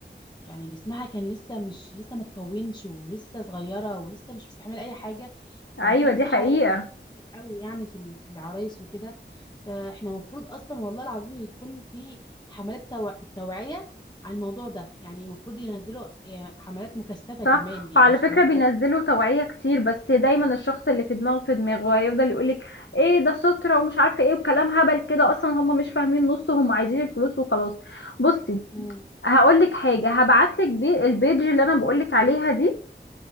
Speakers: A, on the left; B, on the left.
A: يعني جسمها كان لسه مش لسه ما اتكونش ولسه صغيره ولسه مش مستحمله اي حاجه
B: ايوه
A: فكان
B: دي
A: في
B: حقيقة
A: حالات وفاة كتير قوي يعني في ال- في العرايس وكده فاحنا المفروض اصلا والله العظيم يكون في حملات توع... التوعيه على الموضوع ده يعني المفروض ينزلوا يعني حملات مكثفه كمان
B: صح
A: يعني
B: وعلى
A: مش
B: فكرة
A: حملات
B: بينزلوا
A: بس
B: توعية كتير بس دايما الشخص اللي في دماغه في دماغه هيفضل يقولك ايه ده سترة ومش عارفة ايه وكلام هبل كده اصلا هم مش فاهمين نص هم عايزين الفلوس وخلاص بصي
A: امم
B: هقولك حاجة هبعتلك بي- البيج اللي انا بقولك عليها دي